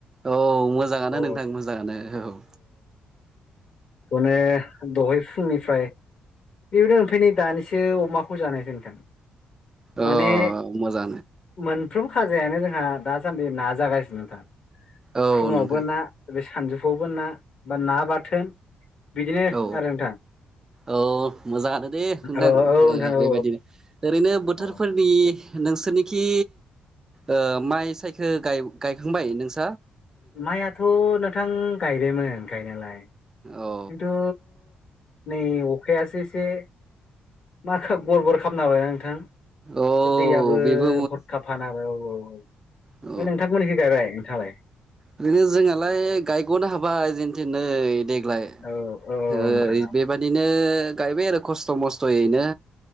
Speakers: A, on the right; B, on the left.
A: औ मोजाङानो
B: औ
A: नोंथां मोजाङानो औ ओ
B: खौनो दहाय फु फुंनिफ्राय बेबायदिनो मोनफैनाय दानिसो अमाखौ जानायसै नोंथां माने
A: अ मजां
B: मोनफ्रोम खाजायानो जोंहा दासान्दि ना जागासिनो नोंथां
A: औ
B: फुङावबो
A: नोंथां
B: ना बे सानजौफुआवबो ना बा ना बाथोन बिदिनो
A: औ
B: आरो नोंथां
A: औ मोजाङानो दे नोंथां
B: औ औ नोंथां औ
A: बेबायदिनो ओरैनो बोथोरफोरनि
B: औ
A: नोंसोरनिखि ओ माइ सायखो गायखांबाय नोंसोर
B: माइयाथ' नोंथां गायबायमोन गायनायालाय
A: औ
B: खिन्थु नै अखायासो एसे माखा गरबर खालामना होबाय ना नोंथां
A: औ
B: बे दैयाबबो
A: बेबो
B: हरखाफ हानाहोबाय औ औ औ
A: अ
B: नोंथांमोननिखै गायबाय नोंथाङालाय
A: ओरैनो जोंनालाय गायग'नो हाबाय जेनथेन नै देग्लाय
B: औ औ
A: ओ
B: नोंथां औ
A: बेबायादिनो गायबाय आरो खस्थ' मस्थ'यैनो